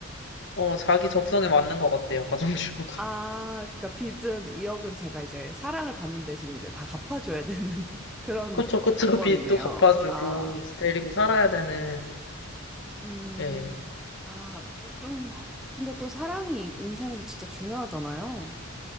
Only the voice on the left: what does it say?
어, 자기 적성에 맞는 것 같아요, 가정주부가.
<laughs> 그쵸, 그쵸.
빚도 갚아주고,
이제 데리고 살아야 되는,
예,